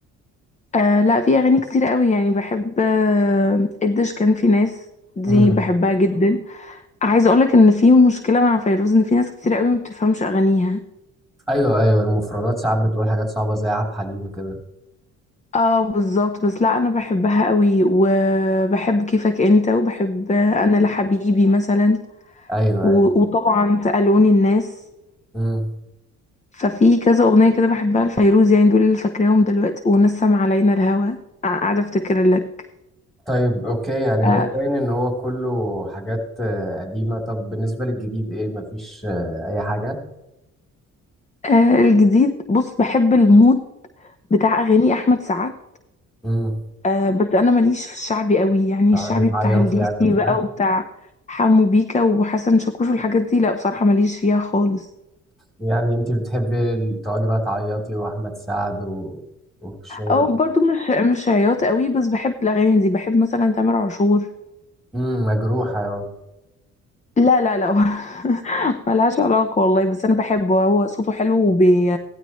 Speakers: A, on the left; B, in the centre.
A: آه لا في أغاني كتير قوي يعني بحب آه قديش كان في ناس دي
B: طيب؟
A: بحبها جدا عايزة أقولك إن في مشكلة مع فيروز إن في ناس كتير قوي ما بتفهمش أغانيها
B: ايوه ايوه المفردات ساعات بتقول حاجات صعبه زي عبد الحليم كده
A: اه بالظبط بس لا انا بحبها قوي وبحب كيفك انت وبحب آه، انا لحبيبي مثلا
B: ايوه
A: و-
B: ايوه
A: وطبعا سألوني الناس
B: امم
A: ففي كذا اغنيه كده بحبها لفيروز يعني دول اللي فاكراهم دلوقتي ونسم علينا الهوى قاع- قاعده افتكر لك
B: طيب اوكي يعني
A: آه
B: هو باين ان هو كله حاجات آه، قديمه طب بالنسبه للجديد ايه مفيش آه، اي حاجه
A: آه الجديد بص بحب المود بتاع اغاني احمد سعد
B: امم
A: آه بس انا ماليش في الشعبي قوي يعني
B: تقعدي
A: الشعبي
B: تعيطي
A: بتاع الليسي
B: يعني وكده
A: بقى وبتاع حمو بيكا وحسن شاكوش والحاجات دي لا بصراحه ماليش فيها خالص
B: يعني انت بتحبي ال- تقعدي بقى تعيطي واحمد سعد و... وشغل
A: او برضو مش مش عياط قوي بس بحب الاغاني دي بحب مثلا تامر عاشور
B: امم مجروحه اه
A: لا لا لا <laughs> ملهاش علاقة والله بس أنا بحبه هو صوته حلو وبي